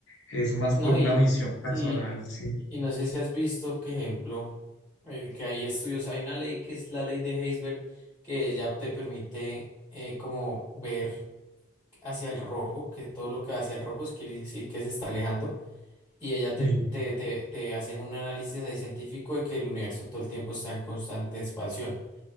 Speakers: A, on the left (about 75°); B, on the left (about 15°).
A: es más
B: No,
A: por una
B: y,
A: visión personal,
B: y,
A: sí,
B: y no sé si has visto, que ejemplo, eh, que hay estudios, hay una ley que es la ley de Heisberg, que ya te permite eh, como ver hacia el rojo, que todo lo que va hacia el rojo es quiere decir que se está alejando. Y ella te,
A: sí,
B: te, te, te hacían un análisis ahí científico de que el universo todo el tiempo está en constante expansión.